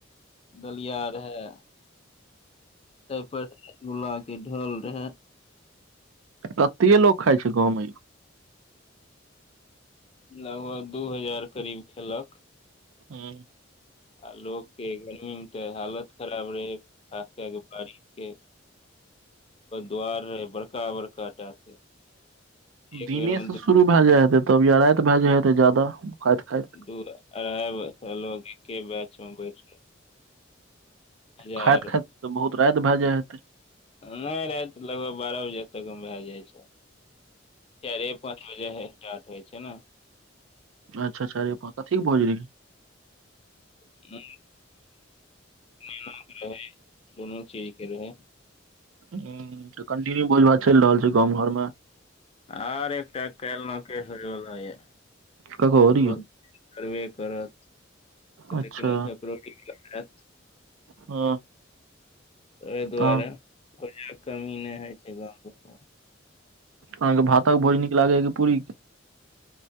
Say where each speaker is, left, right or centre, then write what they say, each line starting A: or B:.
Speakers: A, on the left (about 30°); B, on the right (about 80°).
A: दलिया रहै ताहि पर बुला के ढल रहे
B: कते लोग खाइ छै गाँव में यौ
A: लगभग दू हजार करीब खेलक
B: हँ
A: आ लोगके गर्मी मे तऽ हालत खराब रहे खास कए के बारिके दुआर रहै बड़का बड़का टा के एक
B: दिने
A: बेर मे
B: से
A: दू
B: शुरू भए जाय हेते तब या रातबभए जाय हेे जादा खाइत खाइत
A: दू अढ़ाइ लोग एके बैच में बैठ हजार
B: खाइत खाइत तऽ बहुत रात भए जाय हेतै
A: नहि रात लगभग बारह बजे तकमे भए जाइ छै चारे पाँच बजे स्टार्ट होइ छै ना
B: अच्छा अच्छ रे कथि के भोज रहै
A: ह <unintelligible> दोनो चीजके रहै
B: ह तऽ कंटिन्यू भोज भात चलि रहल छै गाँव घर मे
A: आर एकटा काल्हि नके होइवला यऽ
B: ककहर
A: ओहो
B: यौ
A: करबे करत तऽ
B: अच्छा
A: लेकिन ओ रोटी लयत
B: हँ
A: एहि दुआरे
B: तहन
A: कोजाक के कमी नहि होइ छै गाँव ग
B: अहाँके भाता के भोज या नीक लागे हे पूरी कै